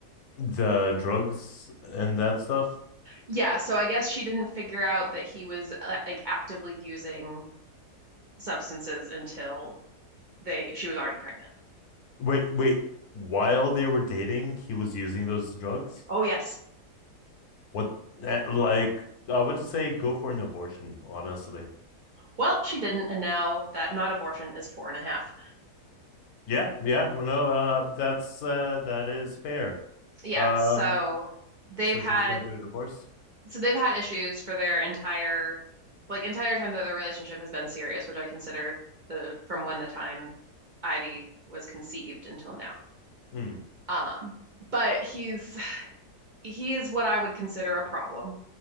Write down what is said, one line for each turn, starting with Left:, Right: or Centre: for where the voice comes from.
Left: the drugs and that stuff.
Right: Yeah, so I guess she didn't figure out that he was uh, like actively using substances until they she was already pregnant.
Left: Wait, wait. While they were dating, he was using those drugs.
Right: Oh yes.
Left: What? eh, Like, I would say go for an abortion. Honestly.
Right: Well, she didn't, and now that not abortion is four and a half.
Left: Yeah, yeah. Well, no, uh, that's uh, that is fair.
Right: Yeah,
Left: Um,
Right: so they've
Left: So
Right: had
Left: she's going through a divorce.
Right: so they've had issues for their entire like entire time that their relationship has been serious, which I consider the from when the time Ivy was conceived until now.
Left: Hmm.
Right: Um, but he's he is what I would consider a problem.